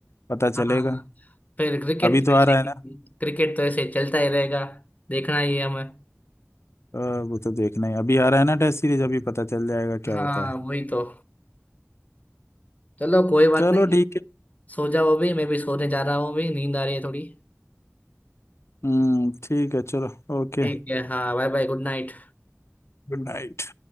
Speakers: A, on the left; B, on the left.
A: पता चलेगा
B: हाँ फिर क्रिकेट
A: अभी तो
B: तो
A: आ
B: ऐसे
A: रहा है ना
B: ही क्रिकेट तो ऐसे ही चलता ही रहेगा देखना ही है हमें
A: अ, वो तो देखना ही अभी आ रहा है ना टेस्ट सीरीज अभी पता चल जाएगा क्या होता
B: हाँ
A: है
B: वही तो चलो कोई बात
A: चलो
B: नहीं
A: ठीक है
B: सो जाओ अभी मैं भी सोने जा रहा हूँ अभी नींद आ रही है थोड़ी
A: हम्म ठीक है चलो ओके
B: ठीक है हाँ बाय बाय गुड नाइट
A: गुड नाइट